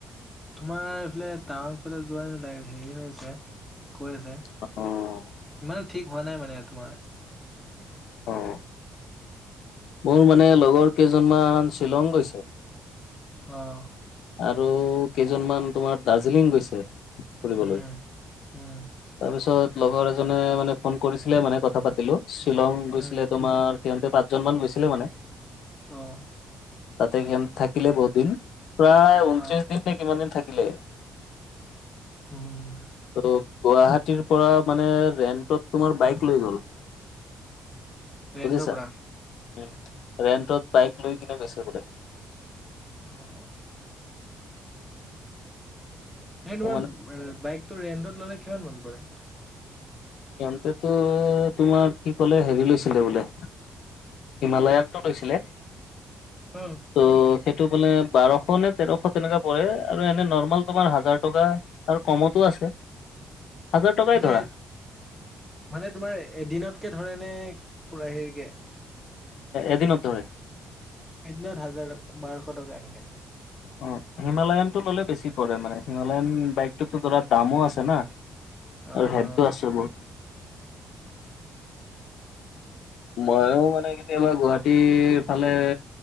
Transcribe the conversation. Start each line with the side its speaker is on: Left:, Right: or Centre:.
Centre: তোমাৰ এইফালে টাৱাং ফালে যোৱা নাগ হেৰি হৈ আছে কৈ আছে
Left: অ',
Centre: ইমানে ঠিক হোৱা নাই মানে তোমাৰ
Left: অ'। মোৰ মানে লগৰ কেইজনমান শ্বিলং গৈছে।
Centre: অ'।
Left: আৰু কেইজনমান তোমাৰ দাৰ্জিলিং গৈছে ফুৰিবলৈ।
Centre: উম, উম।
Left: তাৰপিছত লগৰ এজনে মানে ফোন কৰিছিলে মানে কথা পাতিলো শ্বিলং গৈছিলে
Centre: উম,
Left: তোমাৰ সিহঁতে পাঁচজন মান গৈছিলে মানে
Centre: অ'।
Left: তাতে গ থাকিল বহুত দিন প্ৰায় ঊনত্ৰিশ
Centre: অ',
Left: দিন কিমান দিন থাকিলে ত
Centre: উম,
Left: গুৱাহাটীৰ পৰা মানে ৰেন্টত তোমাৰ বাইক লৈ গ'ল
Centre: ৰেন্টৰ
Left: বুজিছা
Centre: পৰা
Left: উ ৰেন্টত বাইক লৈ কিনে গৈছে বোলে।
Centre: অ'। সেই
Left: ত
Centre: তোমাৰ
Left: মানে
Centre: বাইক টো ৰেন্টত ল'লে কিমান মন পৰে।
Left: সিহতেতো তোমাৰ কি কলে হেৰি লৈছিলে বোলে। হিমালয়ানটো লৈছিলে।
Centre: উম।
Left: ত' সেইটো মানে বাৰশ নে তেৰশ তেনেকুৱা পৰে আৰু এনে নৰ্মাল তোমাৰ হাজাৰ টকা আৰু কমতো আছে। হাজাৰ টকাই
Centre: মানে,
Left: ধৰা
Centre: মানে তোমাৰ এদিনতকে ধৰে নে পুৰা হেৰিকে
Left: এদিনত ধৰে
Centre: এদিনত হাজাৰ বাৰশ টকা এনেকে
Left: অ', হিমালয়নতটো ললে বেছি পৰে মানে হিমালয়ন বাইকটোতো ধৰা দামো আছে না।
Centre: অ',
Left: আৰু হেবীটো আছে বহুত ময়ো মানে কেতিয়াবা গুৱাহাটীৰ ফালে